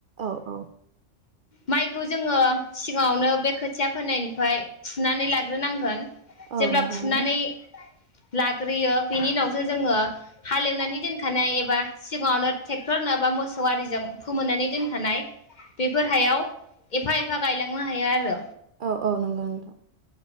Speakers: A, on the right (about 60°); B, on the left (about 40°).
A: औ औ।
B: माइखौ जोङो सिगाङावनो बे खोथिया फोनायनिफाय फुनानै लाग्रोनांगोन।
A: औ
B: जेब्ला
A: नंगौ
B: फुनानै
A: नोंथां
B: लाग्रोयो बेनि उनावसो जोङो हालेवनानै दोन खानाय एबा सिगाङावनो ट्रेक्टर नङाबा मोसौ आरिजों फोमोननानै दोनखानाय बेफोर हायाव एफा एफा गायलांनो हायो आरो।
A: औ औ नंगौ नोंथां।